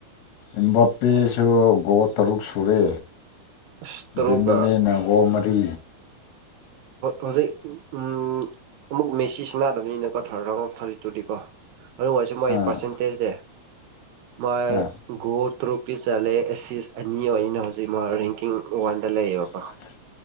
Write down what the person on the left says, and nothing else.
ꯏꯕꯥꯄꯤꯦꯁꯨ ꯒꯣꯠ ꯇꯔꯨꯛ ꯁꯨꯔꯦ
ꯗꯤꯕꯂꯦ ꯒꯣ ꯃꯔꯤ
ꯑꯥ
ꯍꯥ
ꯋꯥ ꯊꯦ